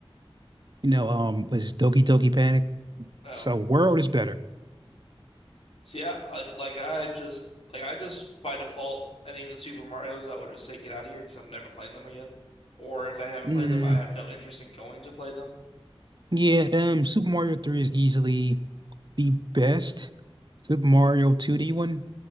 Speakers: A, on the right; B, on the left.
A: you know, um, was Doki Doki Panic.
B: Oh.
A: So World is better.
B: See, I, I like I just like I just by default any of the Super Marios, I would just say get out of here because I'm never playing them again. Or if I haven't
A: Mm,
B: played them, I have no interest in going to play them.
A: yeah, um, Super Mario 3 is easily the best Super Mario 2D one.